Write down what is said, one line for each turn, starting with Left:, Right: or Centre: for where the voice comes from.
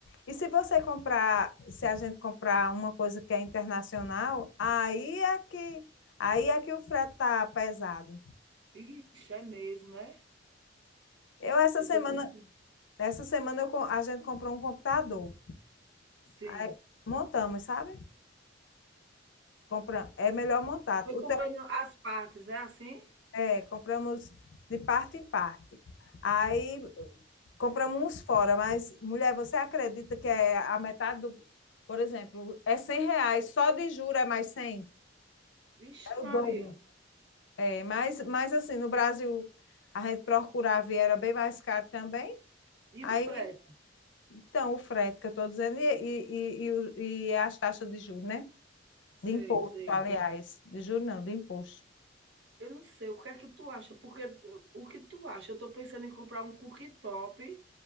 Left: E se você comprar, se a gente comprar uma coisa que é internacional, aí é que, aí é que o frete tá pesado.
Right: Ixi, é mesmo, né?
Left: Eu essa
Right: Eu
Left: semana
Right: tô pensando.
Left: Nessa semana eu co- a gente comprou um computador.
Right: Sim.
Left: Aí montamos, sabe? Compra, é melhor montar.
Right: Foi
Left: O
Right: comprando
Left: teu-
Right: as partes, é assim?
Left: é, compramos de parte em parte. Aí compramos uns fora, mas, mulher, você acredita que é a metade do. Por exemplo, é 100 reais, só de juro é mais 100.
Right: Vixe,
Left: É
Right: Maria.
Left: o dobro. É, mas, mas assim, no Brasil, a gente procurava e era bem mais caro também.
Right: E
Left: Aí,
Right: o frete?
Left: então, o frete que eu estou dizendo e, e, e, e o- e as taxas de juros, né?
Right: Sei,
Left: De imposto,
Right: sei.
Left: aliás. De juro não, de imposto.
Right: Eu não sei, o que é que tu acha? Porque o que tu acha? Eu tô pensando em comprar um cooktop